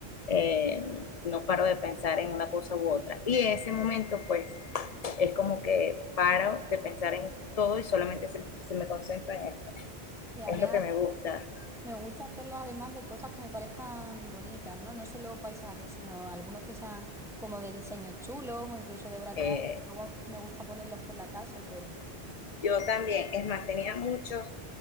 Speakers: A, on the left (about 45°); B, in the centre.
A: eh, no paro de pensar en una cosa u otra. Y ese momento, pues, es como que paro de pensar en todo y solamente se, se me concentro en eso.
B: Sí, a
A: Es
B: mí,
A: lo que me gusta.
B: Me gusta hacerlos además de cosas que me parezcan bonitas, ¿no? No solo paisajes, sino algunos que sean como de diseños chulos o incluso de obras
A: Eh,
B: de arte. Luego me gusta ponerlos por la casa y todo.
A: yo también, es más, tenía muchos